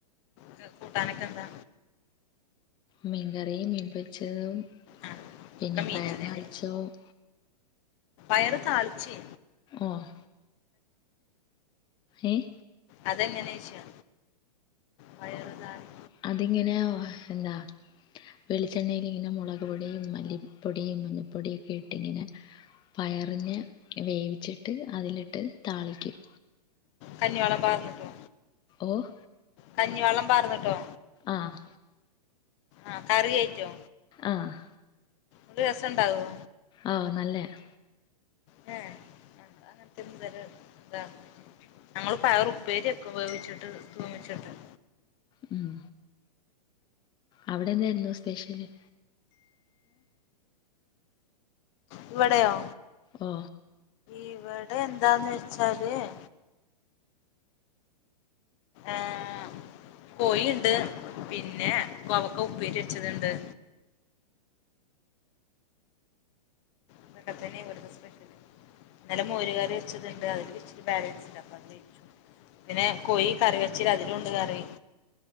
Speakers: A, on the left; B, on the left.
A: ക്ക് കൂട്ടാനൊക്കെ എന്താ?
B: മീം കറിയും മീം പൊരിച്ചെതും
A: ആഹ്
B: പിന്നെ
A: ഒക്കെ മീനന്നെല്ലേ
B: പയർ താളിച്ചൊയും
A: പയർ താളിച്ചെ?
B: ഓഹ് ഏഹ്
A: അത് എങ്ങെനോയ്ച്ചാ പയർ താളി
B: അത് ഇങ്ങെനെ വാ എന്താ വെളിച്ചെണ്ണയിൽ ഇങ്ങെനെ മൊളക് പൊടിയും മല്ലിപ്പൊടിയും മഞ്ഞപ്പൊടിയൊക്കെ ഇട്ട് ഇങ്ങെനെ പയറിനെ വേവിച്ചിട്ട് അതിൽ ഇട്ട് താളിക്കും
A: കഞ്ഞി വള്ളം പാർന്ന്ട്ടോ?
B: ഓഹ്
A: കഞ്ഞി വള്ളം പാർന്ന്ട്ടോ?
B: ആഹ്
A: ആഹ് കറി ആയിറ്റോ?
B: ആഹ്
A: ഇങ്ങെട്ട് രസ ഇണ്ടാവോ?
B: ആഹ് നല്ലയാ-
A: ഹേ ഞങ്ങള്അങ്ങനതൊന്നും ഇത്വരെ <inaudible> ഞങ്ങള് പയർ ഉപ്പേരിവെക്കും വേവിച്ചിട്ട് തൂമിച്ചിട്ട്-
B: ഉം- അവിടെന്തായിരുന്നു സ്പെഷ്യല്-
A: ഇവടെയോ
B: ഓ
A: ഇവട്- എന്താന്ന് വെച്ചാല്- ആഹ് - കോയിയിണ്ട് പിന്നെ കോവക്ക ഉപ്പേരി വെച്ചത്ണ്ട്- ഇതക്കെ തന്നെ ഇവിടത്ത സ്പെഷ്യല്- ഇന്നല മോരുകറി വെച്ചത് ഇണ്ട് അതില് ഇച്ചിരി ബാലൻസ്ഇണ്ട് അപ്പൊ അത് കഴിച്ചു- പിന്നെ കോയി കറി വെച്ച ന്ന്അതിലുണ്ട് കറി-